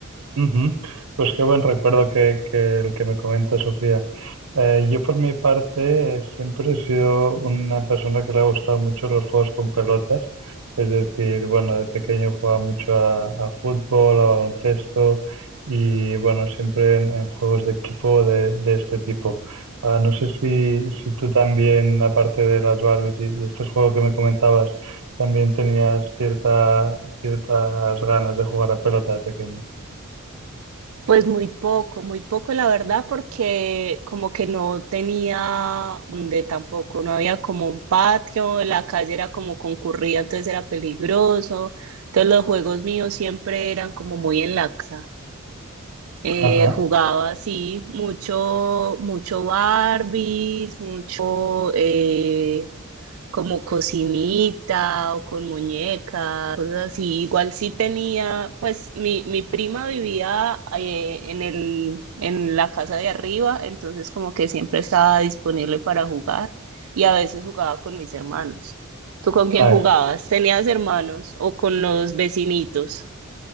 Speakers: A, on the right; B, on the right.
A: Ujú. Pues qué buen recuerdo que, que el que me comenta Sofía. Eh, yo por mi parte eh, siempre he sido una persona que le ha gustado mucho los juegos con pelotas. Es decir, bueno, de pequeño jugaba mucho a, a fútbol, a baloncesto y bueno, siempre en, en juegos de equipo de, de este tipo. Ah, no sé si, si tú también, aparte de las Barbies y, y este juego que me comentabas, también tenías cierta, ciertas ganas de jugar a pelota de pequeño.
B: Pues muy poco, muy poco la verdad, porque como que no tenía donde tampoco, no había como un patio, la calle era como concurrida, entonces era peligroso. Entonces los juegos míos siempre eran como muy en la casa. Eh,
A: Ajá.
B: jugaba así, mucho, mucho Barbies, mucho, eh, como cocinita o con muñecas, cosas así. Igual sí tenía, pues mi, mi prima vivía eh, en el, en la casa de arriba, entonces como que siempre estaba disponible para jugar y a veces jugaba con mis hermanos. ¿Tú con quién
A: A ver,
B: jugabas? ¿Tenías hermanos o con los vecinitos?